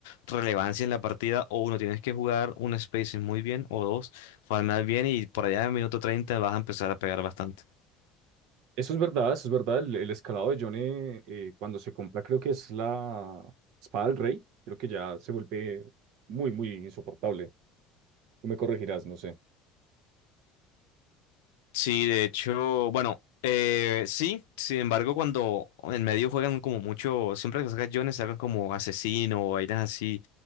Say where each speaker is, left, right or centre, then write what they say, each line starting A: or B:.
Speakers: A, on the left; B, on the right.
A: relevancia en la partida, o uno tienes que jugar un spacing muy bien, o dos, farmear bien y por allá en minuto 30 vas a empezar a pegar bastante.
B: Eso es verdad, eso es verdad. El, el escalado de Johnny, eh, cuando se compra, creo que es la espada del rey. Creo que ya se vuelve muy, muy insoportable. Tú me corregirás, no sé.
A: Sí, de hecho, bueno, eh, sí, sin embargo, cuando en medio juegan como mucho, siempre que sacan Jones sacan como asesino o vainas así,